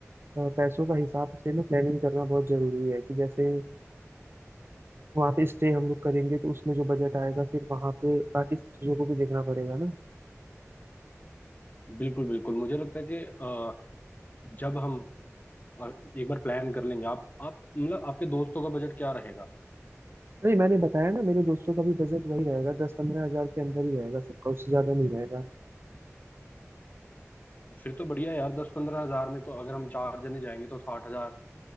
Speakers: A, on the right; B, on the left.
A: अ, पैसों का हिसाब से ना प्लानिंग करना बहुत जरूरी है कि जैसे वहाँ पे स्टे हम लोग करेंगे तो उसमें जो बजट आएगा फिर वहाँ पे बाकी सब चीजों को भी देखना पड़ेगा ना
B: बिल्कुल बिल्कुल मुझे लगता है कि अ, जब हम अ, एक बार प्लान कर लेंगे आप आप मतलब आपके दोस्तों का बजट क्या रहेगा
A: नहीं मैंने बताया ना मेरे दोस्तों का भी बजट वही रहेगा दस पंद्रह हजार के अंदर ही रहेगा सबका उससे ज्यादा नहीं रहेगा
B: फिर तो बढ़िया है यार दस पंद्रह हजार में तो अगर हम चार जने जाएंगे तो साठ हजार